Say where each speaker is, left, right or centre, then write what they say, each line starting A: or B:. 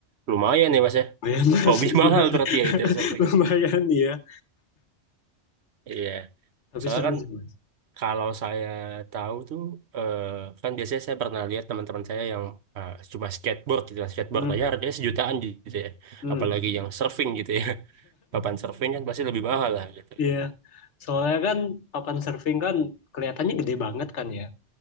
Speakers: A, on the right; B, on the left.
A: lumayan ya, Mas ya.
B: Lumayan mas,
A: Hobi
B: <laughs> Iya.
A: <laughs> mahal berarti ya itu ya, surfingnya.
B: lumayan ya.
A: Iya.
B: Tapi
A: Soalnya
B: seru
A: kan
B: sih mas.
A: Kalau saya tahu tuh, eh, kan biasanya saya pernah lihat teman-teman saya yang eh, cuma skateboard gitu, lah. skateboard
B: Hmm.
A: aja harganya sejutaan gitu ya.
B: Hmm.
A: Apalagi yang surfing gitu ya. <laughs> Papan surfing kan pasti lebih mahal lah gitu.
B: Iya. Soalnya kan papan surfing kan kelihatannya gede banget kan ya.